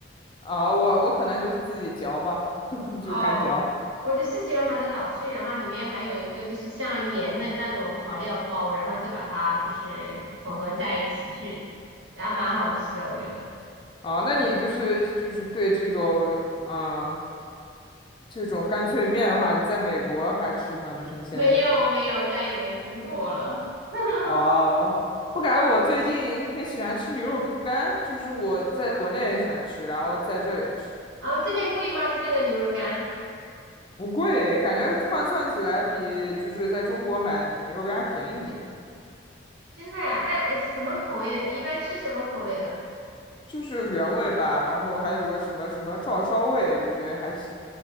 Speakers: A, on the left; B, on the right.
A: 啊，哦我我可能就是自己嚼吧，<laughs>
B: <laughs> 哦，
A: 就是干嚼。
B: 我就是喜欢把它捣碎，然后里面还有一个就是像盐的那种调料包，然后再把它就是混合在一起去，然后蛮好吃的，我觉得。
A: 啊，那你就是就是对这种嗯、呃这种干脆面的话，你在美国还吃吗？就是你现在？
B: 没有没有，再也没吃过了。<laughs>
A: 哦，我感觉我最近很喜欢吃牛肉干，就是我在国内也喜欢吃，然后在这也吃，
B: 然后这边贵吗？这边的牛肉干？
A: 不贵，感觉换算起来比就是在中国买牛肉干还便宜一点。
B: 真的呀？那那什么口味的？你一般吃什么口味的？
A: 就是原味吧，然后还有个什么什么照烧味，我觉得还行，